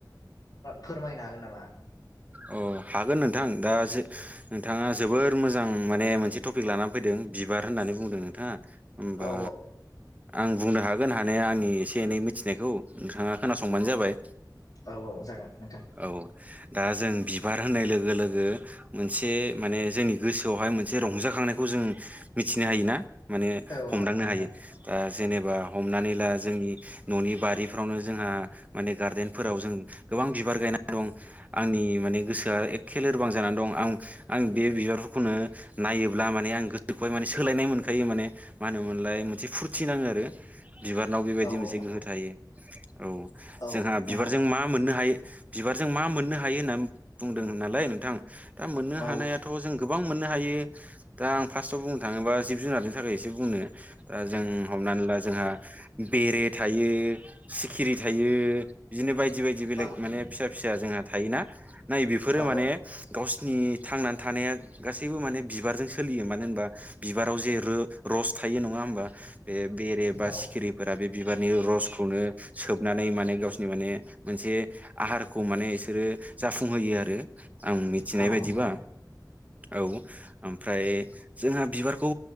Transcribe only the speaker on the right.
अ हागोन नोंथां दा नोंथाङा जोबोर मोजां माने मोनसे टपिक लानानै फैदों बिबार होननानै बुंदों नोंथाङा होनबा
आं बुंनो हागोन हानाया आंनि एसे एनै मिथिनायखौ नोंथाङा खोनासंबानो जाबाय
औ दा जों बिबार होननाय लोगो लोगो मोनसे माने जोंनि गोसोआवहाय मोनसे रंजाखांनायखौ जों मिथिनो हायो ना माने
हमदांनो
हायो ओ जेनेबा हमनानै ला जोंनि ननि बारिफ्रावनो जोंहा माने गार्देनफोराव जों गोबां बिबार गायनानै दं आंनि माने गोसोआ एखे लोरबां जानानै दं आं आं बे बिबारफोरखौनो नायोब्ला माने आं गोसोखौहाय माने सोलायनाय मोनखायो माने मा होनोमोनलाय मोनसे फुरथि नाङो आरो बिबारनाव बेबायदि
मोनसे
गोहो थायो औ
जोंहा बिबारजों
मा मोननो हायो बिबारजों मा मोननो हायो होननानै बुंदोंमोन नालाय नोंथां दा मोननो
हानायाथ जों गोबां मोननो हा थायो दा आं फार्स्टआव बुंनो थाङोबा जिब जुनारनि थाखाय एसे बुंनो दा जों हमनानै ला जोंहा बेरे थायो खिरि थायो बिदिनो बायदि बायदि बेलेग
माने
फिसा फिसा जोंहा थायोना नाय बेफोरो माने
गावसिनि थांनानै थानाया गासैबो माने बिबारजों सोलियो मानो होनबा बिबाराव जे रो रस थायो नङा होमबा बे बेरे बा
सिखिरिफोरा बे बिबारनि रसखौनो सोबनानै माने गावसोरनि माने मोनसे आहारखौ माने इसोरो जाफुंहोयो आरो आं मिथिनाय
बायदिबा
औ ओमफ्राय जोंहा बिबारखौ